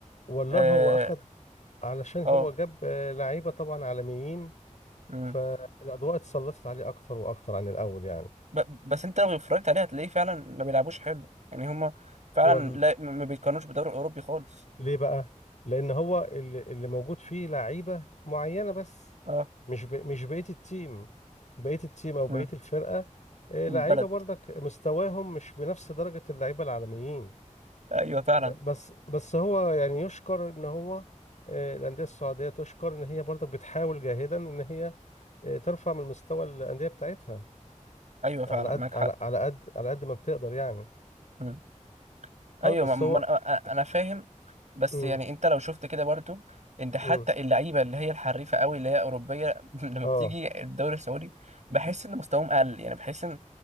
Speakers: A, on the left (about 65°); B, on the right (about 65°).
A: والله
B: اه
A: هو اخد علشان
B: اه
A: هو جاب آه، لعيبة طبعا عالميين
B: مم.
A: فالأضواء اتسلطت عليه أكتر وأكتر عن الأول يعني
B: ب- بس انت لو اتفرجت عليه هتلاقيه فعلا ما بيلعبوش حلو يعني هما فعلا
A: وال...
B: لا م- ما بيتقارنوش بالدوري الاوروبي خالص
A: ليه بقى؟ لأن هو اللي اللي موجود فيه لعيبة معينة بس
B: اه
A: مش ب... مش بقية التيم بقية التيم أو بقية
B: مم.
A: الفرقة آه،
B: من
A: لعيبة
B: البلد
A: برضك مستواهم مش بنفس درجة اللعيبة العالميين
B: ايوه فعلا
A: ب- بس بس هو يعني يشكر إن هو آه، الأندية السعودية تشكر إن هي برضك بتحاول جاهدا إن هي آه، ترفع من مستوى الأندية بتاعتها
B: ايوه فعلا
A: على قد
B: معاك حق
A: على على قد على قد ما بتقدر يعني
B: مم. ايوه
A: اه بس
B: ما ما-
A: هو
B: انا أنا فاهم بس
A: امم
B: يعني انت لو شفت كده برضو انت حتى
A: امم
B: اللعيبه اللي هي الحريفه قوي اللي هي اوروبيه <laughs> لما
A: اه
B: بتيجي الدوري السعودي بحس ان مستواهم اقل يعني بحس ان